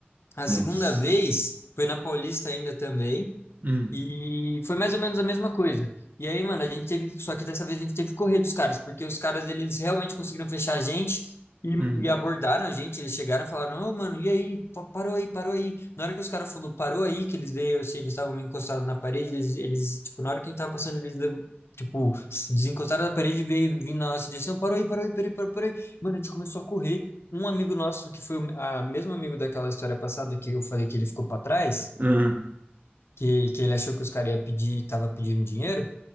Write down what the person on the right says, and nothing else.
Nossa.
Hum.
Hum,
hum,